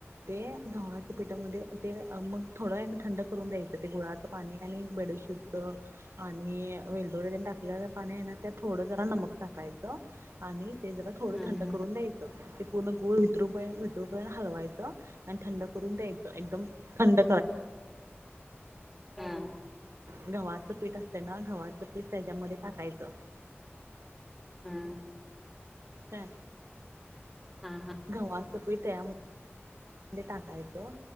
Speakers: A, on the right; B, in the centre.
A: ते गावाच्या पिठामध्ये ते मग थोडंना थंड करून द्यायचं ते गुळाचं पाणी आणि बेडू शत आणि वेलदो टाकलेलं पाणी आहे ना त्या थोडं जरा नमक टाकायचं. आणि ते जरा थोडं
B: हा
A: थंड
B: हा
A: करून द्यायचं ते पूर्ण गूळ वितरू पय वितरू पर्यंत हलवायचं. आणि थंड करून द्यायचं एकदम थंड
B: हा
A: नर गव्हाच पीठ असत ना गव. त्याच्यामध्ये टाकायचं
B: हा
A: का?
B: हा हा.
A: घवा असं प त्याया. टाकायचं